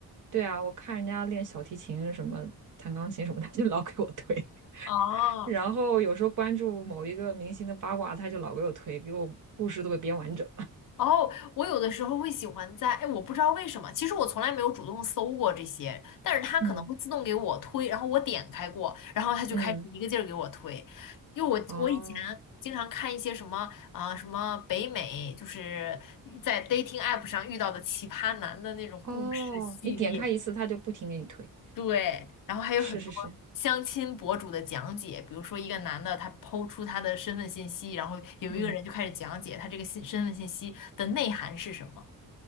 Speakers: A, on the right; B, on the left.
A: 对啊，我看人家练小提琴什么、弹钢琴什么，他就老给我推。<laughs>
B: 哦。
A: 然后有时候关注某一个明星的八卦，他就老给我推，给我故事都给编完整
B: 哦，我有的时候会喜欢在，哎，我不知道为什么，其实我从来没有主动搜过这些，但是它可能会自动给我推，
A: <laughs> 嗯
B: 然后我点开过，然后它就开始一个劲儿给我推，
A: 嗯，
B: 因为我我以前经常看一些什么啊、
A: 哦
B: 什么北美，就是在 dating app 上遇到的奇葩男的那种故事系列，
A: 哦，你点开一次，他就不停给你推。
B: 对，然后还有很多相亲博主的讲解，
A: 是是是，
B: 比如说一个男的他抛出他的身份信息，然后有一个人就开始讲解他这个信身份信息的内涵是什么。
A: 嗯，